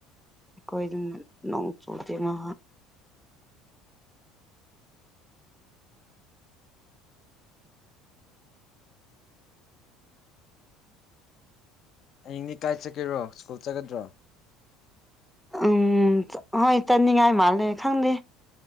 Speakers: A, in the centre; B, on the left.
A: ꯀꯣꯏꯗꯅ ꯅꯣꯡ ꯆꯨꯗ ꯃꯥ
B: <inaudible> ꯍꯌꯦꯡꯗꯤ ꯀꯥꯏ ꯆꯠꯀꯦꯔꯣ ꯁ꯭ꯀꯨꯜ ꯆꯠꯀꯗ꯭ꯔꯣ
A: ꯎꯝ ꯍꯣꯏ ꯆꯅꯤꯡꯉꯥꯏ ꯃꯥꯜꯂꯦ ꯈꯪꯗꯦ